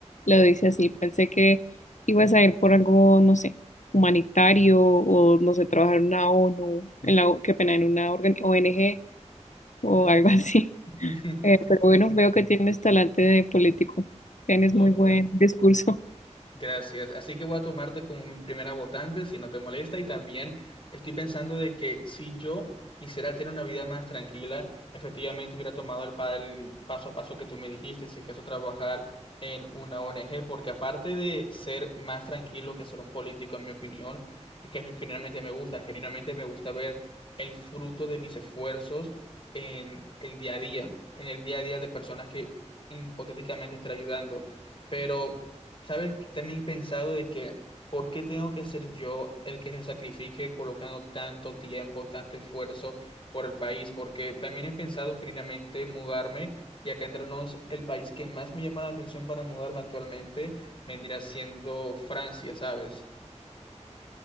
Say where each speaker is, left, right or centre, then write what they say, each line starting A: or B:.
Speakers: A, on the left (about 85°); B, on the left (about 45°).
A: lo dice así. Pensé que ibas a ir por algo, no sé, humanitario o, no sé, trabajar en una ONU, en la, O- qué pena, en una organ- o ONG o algo así. <laughs>
B: <laughs>
A: Eh, pero bueno, veo que tienes talante de político. Tienes
B: Total.
A: muy buen discurso.
B: Gracias. Así que voy a tomarte como mi primera votante, si no te molesta. Y también estoy pensando de que si yo quisiera tener una vida más tranquila, efectivamente hubiera tomado el, pa- el paso a paso que tú me dijiste, si acaso trabajar en una ONG, porque aparte de ser más tranquilo que ser un político, en mi opinión, es que generalmente me gusta, genuinamente me gusta ver el fruto de mis esfuerzos en el día a día, en el día a día de personas que hipotéticamente estaré ayudando. Pero ¿Sabes? Que También he pensado de que, ¿por qué tengo que ser yo el que se sacrifique colocando tanto tiempo, tanto esfuerzo por el país? Porque también he pensado genuinamente mudarme y acá entre nos, el país que más me llama la atención para mudarme actualmente vendría siendo Francia, ¿sabes?